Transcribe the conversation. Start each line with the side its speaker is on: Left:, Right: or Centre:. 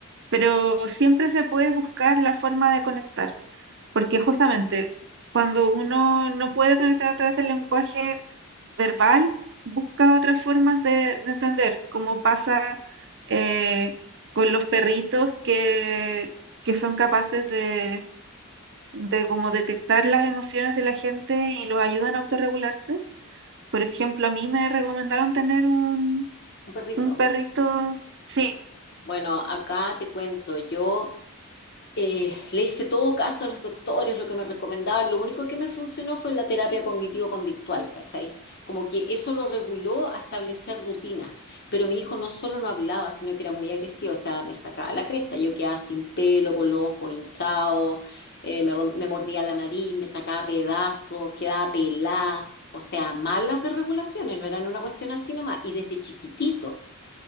Right: pero siempre se puede buscar la forma de conectar. Porque justamente cuando uno no puede conectar a través del lenguaje verbal, busca otras formas de, de entender, como pasa eh, con los perritos que, que son capaces de, de como detectar las emociones de la gente y los ayudan a autorregularse. Por ejemplo, a mí me recomendaron tener un,
Left: un perrito.
Right: un perrito, sí,
Left: Bueno, acá te cuento, yo Eh, le hice todo caso a los doctores, lo que me recomendaban. Lo único que me funcionó fue la terapia cognitivo-conductual, ¿cachai? Como que eso lo reguló a establecer rutinas. Pero mi hijo no solo no hablaba, sino que era muy agresivo, o sea, me sacaba la cresta. Yo quedaba sin pelo, con los ojos hinchados, eh, me, rom- me mordía la nariz, me sacaba pedazos, quedaba pelada. O sea, malas desregulaciones, no eran una cuestión así nomás. Y desde chiquitito.